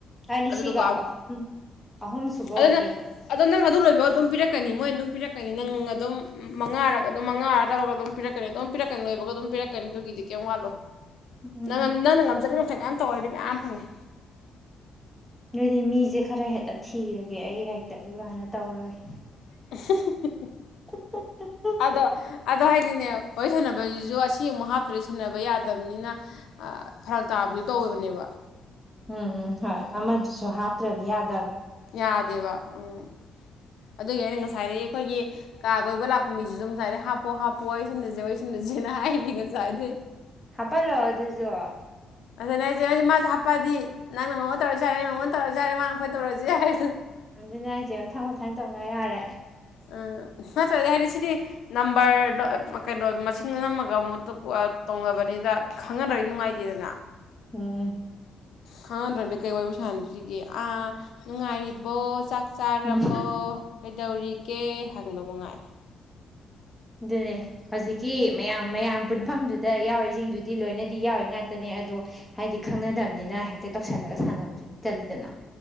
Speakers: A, in the centre; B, on the left.
A: ꯑꯅꯤꯁꯤꯒ
B: ꯑꯗꯨꯗꯨꯒ
A: ꯑꯍꯨꯝ ꯑꯍꯨꯝ ꯁꯨꯕ
B: ꯑꯗꯨꯅ
A: ꯑꯣꯏꯗꯣꯏꯅꯤ
B: ꯑꯗꯣ ꯅꯪ ꯑꯗꯨ ꯂꯣꯏꯕꯒ ꯑꯗꯨꯝ ꯄꯤꯔꯛꯀꯅꯤ ꯃꯣꯏ ꯑꯗꯨꯝ ꯄꯤꯔꯛꯀꯅꯤ ꯅꯪ ꯑꯗꯨꯝ ꯃꯉꯥꯔꯒ ꯑꯗꯨꯝ ꯃꯉꯥ ꯑꯔꯥ ꯇꯧꯔꯒ ꯑꯗꯨꯝ ꯄꯤꯔꯛꯀꯅꯤ ꯑꯗꯨꯝ ꯄꯤꯔꯛꯀꯅꯤ ꯂꯣꯏꯕꯒ ꯑꯗꯨꯝ ꯄꯤꯔꯛꯀꯅꯤ ꯑꯗꯨꯒꯤꯗꯤ ꯀꯩꯝ ꯋꯥꯠꯂꯣꯏ
A: ꯎꯝ
B: ꯅꯪꯅ ꯅꯪꯅ ꯉꯝꯖꯔꯤꯕ ꯃꯊꯛ ꯃꯌꯥꯝ ꯇꯧꯋꯔꯗꯤ ꯃꯌꯥꯝ ꯐꯪꯉꯦ
A: ꯑꯗꯨꯗꯤ ꯃꯤꯁꯦ ꯈꯔ ꯍꯦꯛꯇ ꯊꯤꯔꯒꯦ ꯑꯩ ꯍꯦꯛꯇ ꯑꯗꯨꯃꯥꯏꯥꯟꯅ ꯇꯧꯔꯒꯦ
B: <inaudible>
A: <inaudible>
B: ꯑꯗꯣ ꯑꯗꯣ ꯍꯥꯏꯗꯤꯅꯦ ꯍꯣꯏ ꯁꯥꯟꯅꯕꯁꯤꯁꯨ ꯑꯁꯤ ꯑꯃꯨꯛ ꯍꯥꯞꯇ꯭ꯔꯗꯤ ꯁꯥꯟꯅꯕ ꯌꯥꯗꯕꯅꯤꯅ ꯐꯔꯛ ꯇꯥꯕꯤꯗꯣ ꯇꯧꯋꯦꯕꯅꯦꯕ
A: ꯎꯝ ꯎꯝ ꯍꯣꯏ ꯑꯃꯗꯨꯁꯨ ꯍꯥꯞꯇ꯭ꯔꯗꯤ ꯌꯥꯗ
B: ꯌꯥꯗꯦ ꯋꯥ ꯎꯝ ꯑꯗꯨꯒꯤ ꯑꯩꯅ ꯉꯁꯥꯏꯗꯒꯤꯩ ꯑꯩꯈꯣꯏꯒꯤ ꯀꯥ ꯀꯣꯏꯕ ꯂꯥꯛꯄ ꯃꯤꯁꯤꯁꯨ ꯉꯁꯥꯏꯗꯩ ꯍꯥꯞꯄꯣ ꯍꯥꯞꯄꯣ ꯋꯥꯔꯤꯁꯤꯟꯗꯁꯦ ꯋꯥꯔꯤ ꯁꯤꯟꯗꯁꯦꯅ ꯍꯥꯏꯔꯤ ꯉꯁꯥꯏꯗꯒꯤꯩ
A: ꯍꯥꯄꯜꯂꯣ ꯑꯗꯨꯁꯨꯣ
B: ꯑꯗꯨꯗ ꯅ ꯑꯩꯁꯦ ꯅꯣꯏꯦ ꯃꯥꯁꯦ ꯍꯥꯄꯛꯑꯗꯤ ꯅꯪꯅꯉꯣꯟ ꯇꯧꯔꯁꯨ ꯌꯥꯔꯦ ꯅ ꯃꯉꯣꯟꯗꯧꯔꯁꯨ ꯌꯥꯔꯦ ꯃꯥꯅ ꯑꯩꯈꯣꯏ ꯇꯧꯔꯁꯨ ꯌꯥꯔꯦ
A: ꯑꯗꯨꯅ ꯍꯥꯏꯁꯦ ꯃ ꯊꯪ ꯃꯊ ꯊꯪ ꯇꯧ ꯌꯥꯔꯦ
B: ꯑ ꯅꯠꯇ꯭ꯔ ꯑꯗ ꯍꯥꯏꯗꯤ ꯁꯤꯗꯤ ꯅꯝꯕꯔ ꯑꯗꯣ ꯀꯩꯅꯣꯗꯣ ꯃꯁꯤꯡ ꯅꯝꯃꯒ ꯑꯃꯨ ꯇꯧꯅꯕꯅꯤꯅ ꯈꯪꯅꯗꯗꯤ ꯅꯨꯡꯉꯥꯏꯇꯦꯗꯅ
A: ꯎꯝ
B: ꯈꯪꯍꯟꯗ꯭ꯔꯗꯤ ꯀꯩ ꯑꯣꯏꯔ ꯁꯥꯥꯟꯁꯤꯒꯦ ꯑꯥ ꯅꯨꯡꯉꯥꯏꯔꯤꯕ ꯕꯣ ꯆꯥꯛ ꯆꯥꯔꯕꯣ
A: ꯎꯝ
B: ꯀꯩꯗꯧꯔꯤ ꯑꯦ ꯍꯪꯕ ꯃꯉꯥꯏ
A: ꯑꯗꯨꯅꯦ ꯍꯧꯖꯤꯛꯀꯤ ꯃꯌꯥꯝ ꯃꯌꯥꯝ ꯄꯨꯟꯐꯝꯗꯨꯗ ꯌꯥꯎꯔꯤꯁꯤꯡꯗꯨꯗꯤ ꯂꯣꯏꯅꯗꯤ ꯌꯥꯎꯔꯤ ꯉꯥꯛꯇꯅꯦ ꯑꯗꯣ ꯍꯥꯏꯗꯤ ꯈꯪꯅꯗꯕꯅꯤꯅ ꯍ ꯇꯧꯁꯤꯜꯂꯒ ꯁꯥꯟꯅꯕꯗꯨꯗꯤ ꯆꯗꯅ